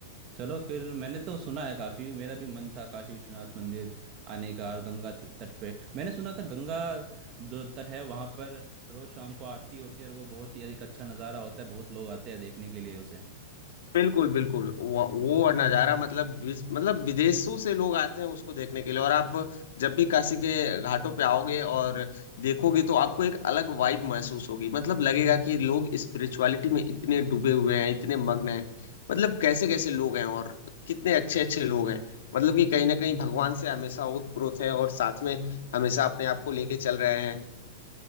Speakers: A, on the right (about 30°); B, on the left (about 70°).
A: चलो फिर मैंने तो सुना है काफ़ी मेरा भी मन था काशी विश्वनाथ मंदिर आने का और गंगा त- तट पे मैंने सुना था गंगा जो तट है वहाँ पर रोज़ शाम को आरती होती है और वो बहुत ही एक अच्छा नज़ारा होता है बहुत लोग आते हैं देखने के लिए उसे
B: बिल्कुल बिल्कुल वो वो नज़ारा मतलब विस- मतलब विदेशों से लोग आते हैं उसको देखने के लिए और आप जब भी काशी के घाटों पे आओगे और देखोगे तो आपको एक अलग वाइब महसूस होगी मतलब लगेगा कि लोग स्पिरिचुअलिटी में इतने डूबे हुए हैं इतने मग्न हैं मतलब कैसे कैसे लोग हैं और कितने अच्छे अच्छे लोग हैं मतलब कि कहीं ना कहीं भगवान से हमेशा ओतप्रोत है और साथ में हमेशा अपने आप को लेके चल रहे हैं